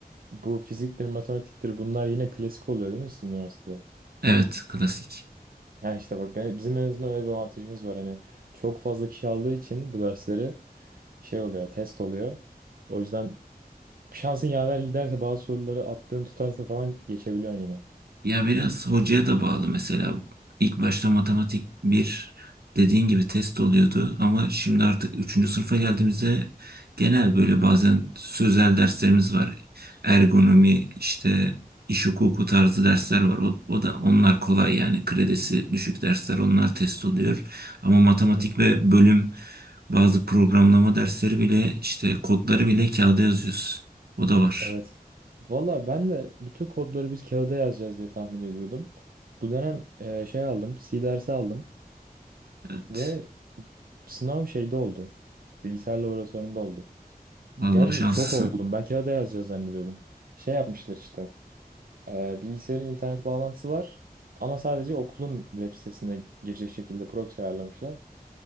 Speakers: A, on the right; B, on the right.
A: Bu fiziktir, matematiktir bunlar yine klasik oluyor değil mi sizin üniversitede?
B: evet klasik.
A: Ya işte bak ben, bizim en azından öyle bir avantajımız var. Hani çok fazla kişi aldığı için bu dersleri şey oluyor, test oluyor. O yüzden şansın yaver giderse bazı soruları attığın tutarsa falan geçebiliyorsun yine.
B: Ya biraz hocaya da bağlı mesela. İlk başta matematik bir dediğin gibi test oluyordu ama şimdi artık üçüncü sınıfa geldiğimizde genel böyle bazen sözel derslerimiz var. Ergonomi işte iş hukuku tarzı dersler var. O, o da onlar kolay yani kredisi düşük dersler onlar test oluyor. Ama matematik
A: <laughs>
B: ve bölüm bazı programlama dersleri bile işte kodları bile kağıda yazıyoruz. O da var.
A: Evet. Valla ben de bütün kodları biz kağıda yazacağız diye tahmin ediyordum. Bu dönem e, şey aldım, C dersi aldım
B: Evet.
A: ve sınav şeyde oldu. Bilgisayar laboratuvarında oldu.
B: Vallahi
A: Gerçi
B: şanslısın.
A: şok oldum. Ben kağıda yazacağız zannediyordum. Şey yapmışlar işte. e, bilgisayarın internet bağlantısı var ama sadece okulun web sitesine girecek şekilde proxy ayarlamışlar.